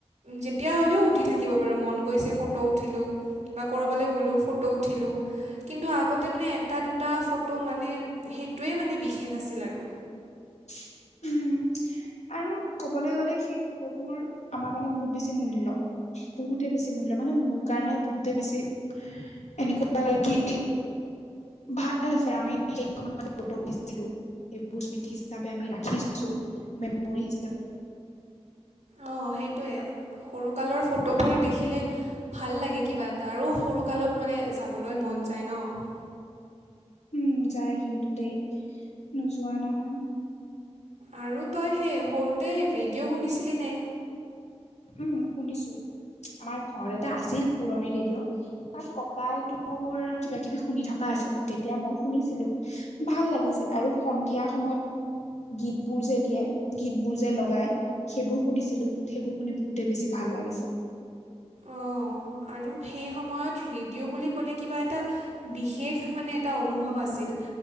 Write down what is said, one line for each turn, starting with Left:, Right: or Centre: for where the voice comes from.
Right: যেতিয়া হলেও উঠি থাকিব পাৰোঁ মন গৈছে ফটো উঠিলোঁ বা ক'ৰবালে গ'লে ফটো উঠিলোঁ, কিন্তু আগতে মানে এটা দুটা মানে সেইটোৱে মানে বিশেষ আছিল আৰু
Left: <unintelligible> আৰু কবলৈ গ'লে সেই ফটোবোৰ আমাৰ কাৰণে বহুত বেছি মূল্য বহুতে বেছি মূ মানে মোৰ কাৰণে বহুতে বেছি এনেকুৱা লাগে কি ভাল হৈছে আমি <unintelligible> ফটো উঠিছিলোঁ এইবোৰ স্মৃতি হিচাপে আমি ৰাখিছোঁ, মেমৰি হিচাপে
Right: অ' সেইটোৱে সৰুকালৰ ফটোবোৰ দেখিলে ভাল লাগে কিবা এটা আৰু সৰুকালত মানে যাবলৈ মন <unintelligible> যায় ন'।
Left: উম' যায় কিন্তু দেই নোযোৱা নহয়।
Right: আৰু তই সেই সৰুতে ৰেডিঅ' শুনিছিলি নে?
Left: উম, শুনিছোঁ। আমাৰ ঘৰ এটা আছিল পুৰণি ৰেডিঅ' তাত ককাই তোৰ কিবা কিবি শুনি থকা যেতিয়া মই শুনিছিলোঁ ভাল লাগিছিল আৰু সন্ধিয়া সময়ত গীতবোৰ যে দিয়ে গীতবোৰ যে লগাই সেইবোৰ শুনিছ <unintelligible> সেইবোৰ শুনি বহুতে বেছি ভাল লাগিছিল।
Right: অ'। আৰু সেই সময়ত ৰেডিঅ' বুলি কলে কিবা এটা বিশেষ মানে এটা অনুভৱ আছিল।